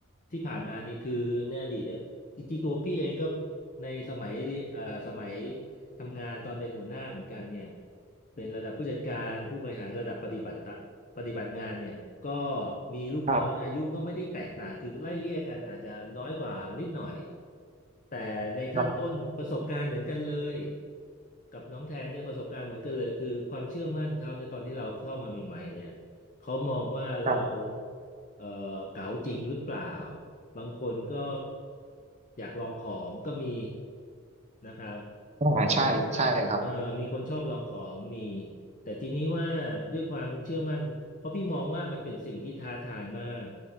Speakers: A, on the left; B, on the right.
A: ที่ผ่านมานี่คือในอดีตเนี่ยจริงๆตัวพี่เองก็ในสมัยเรียเอ่อสมัยทำงานตอนเป็นหัวหน้าเหมือนกันเนี่ยเป็นระดับผู้จัดการผู้บริหารระดับปฏิบัติตะปฏิบัติงานเนี่ยก็มีลูกน้องอายุก็ไม่ได้แตกต่างคือไล่เลี่ยกันอาจจะน้อยกว่านิดหน่อย
B: ครับ
A: แต่ในขั้นต้นประสบการณ์เหมือนกันเลย
B: ครับ
A: กับน้องแทนเนี่ยประสบการณ์เหมือนกันเลยคือความเชื่อมั่นเขาในตอนที่เราเข้ามาใหม่ๆเนี่ย เขามองว่าเรา
B: ครับ
A: เอ่อเก๋าจริงหรือเปล่าบางคนก็อยากลองของก็มีนะครับ
B: อ่าใช่ใช่ครับ
A: เออมีคนชอบลองของมีแต่ทีนี้ว่าด้วยความเชื่อมั่นเพราะพี่มองว่ามันเป็นสิ่งที่ท้าทายมาก